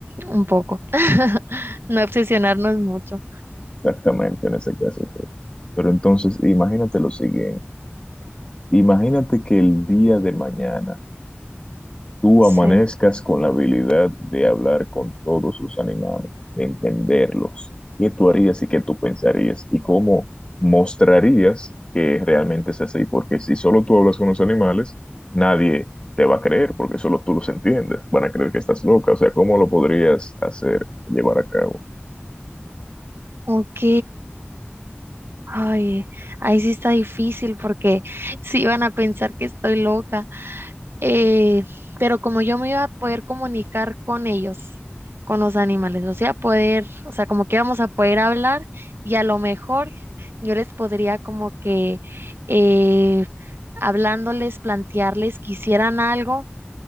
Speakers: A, on the right; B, on the left.
A: un poco, <laughs> no obsesionarnos mucho,
B: exactamente en ese caso, sí. Pero entonces, imagínate lo siguiente. Imagínate que el día de mañana Tú
A: sí,
B: amanezcas con la habilidad de hablar con todos los animales, de entenderlos, qué tú harías y qué tú pensarías y cómo mostrarías que realmente es así, porque si solo tú hablas con los animales, nadie te va a creer, porque solo tú los entiendes, van a creer que estás loca, o sea, ¿cómo lo podrías hacer, llevar a cabo?
A: ok. Ay, ahí sí está difícil porque <laughs> sí van a pensar que estoy loca. Eh, pero como yo me iba a poder comunicar con ellos, con los animales, o sea, poder, o sea, como que íbamos a poder hablar y a lo mejor yo les podría como que eh, hablándoles, plantearles que hicieran algo